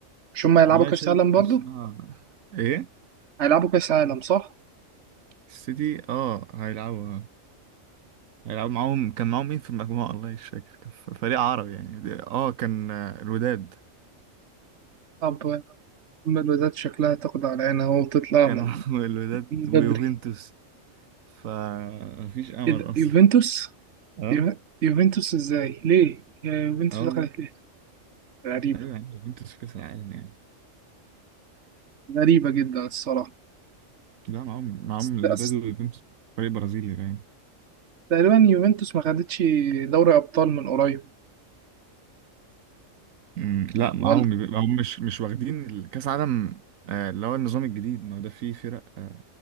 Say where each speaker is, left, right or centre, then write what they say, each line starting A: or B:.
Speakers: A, on the right (about 60°); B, on the right (about 85°).
A: مش هما هيلعبوا
B: لا
A: كأس
B: شايف
A: العالم برضو
B: الصراحة ايه
A: هيلعبوا كأس العالم صح؟
B: السيتي اه هيلعبوا آه. هيلعبوا معاهم كان معاهم مين في المجموعة والله مش فاكر كان ف- فريق عربي يعني اه كان آه، الوداد
A: طب أما الوداد شكلها تاخد على عينها أهو وتطلع
B: كانوا
A: من
B: <laughs> الوداد
A: من بدري
B: ويوفنتوس فمفيش امل
A: إيه ده
B: اصلا
A: يوفنتوس؟
B: اه
A: يو- يوفنتوس إزاي؟ ليه؟ يا يوفنتوس
B: اه
A: دخلت
B: والله
A: ليه؟ غريبة
B: ايوه يعني يوفنتوس في كاس العالم يعني
A: غريبة جدا الصراحة
B: لا معاهم معاهم
A: بس-
B: الوداد
A: بس
B: ويوفنتوس فريق برازيلي باين
A: تقريبا يوفنتوس ما خدتش دوري أبطال من قريب
B: مم، لا معاهم
A: ولا
B: معاهم مش مش واخدين كاس عالم آه، اللي هو النظام الجديد ما هو ده فيه فرق آه،